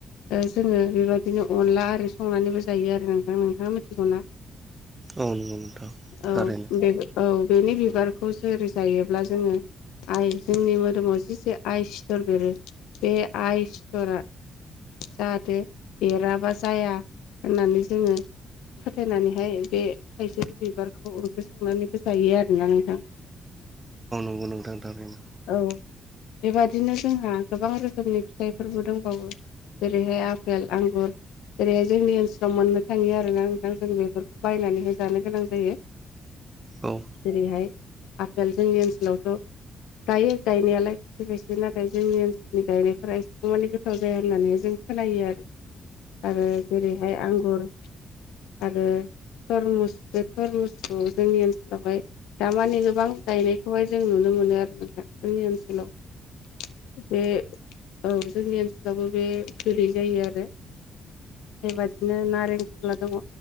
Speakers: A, on the left (about 75°); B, on the right (about 30°).
A: जोङो बेबाददिनो अनला आरि संनानैबो जायो आरो नोंथां नोंथाङा मिथिगौना
B: औ नंगौ नोंथां
A: औ
B: थारैनो
A: बे औ बेनि बिबारखौ सोर जायोब्ला जोङो आइ जोंनि मोदोमाव जे आइ सिथर बेरो बे आइ सिथरा जाहाथे एराबा जाया होननानै जोङो फोथायनानैहाय बे थाइसे बिबारखौ ओंख्रि संनानैबो जायो आरोना नोंथां
B: नंगौ औ नोंथां थारैनो
A: औ बेबादिनो जोंहा गोबां रोखोमनि फिथाइफोरबो दंबावो जेरैहाय आफेल आंगुर जेरैहाय जोंनि ओनसोलाव मोननो थाङियो आरोना नोंथां जों बेफोरखौ बायनानैहाय जानो गोनां जायो। <inaudible>
B: औ
A: जेरैहाय आफेल जोंनि ओनसोलावथ' गायो गायनायालाय खायसे खायसे नाथाय जोंनि ओनसोलनि गायनायफोरा एसेबां माने गोथाव जाया होननानैहाय जों सोलायो आरो आरो जेरैहाय आंगुर आरो थरमुस बे थरमुसखौ जोंनि ओनसोलावहाय दामाने गोबां गायनायखौहाय जों नुनो मोनो आरो नोंथां जोंनि ओनसोलाव बे औ जोंनि ओनसोलावबो बे जोरै जायो आरो बेबादिनो नारें खमला दङ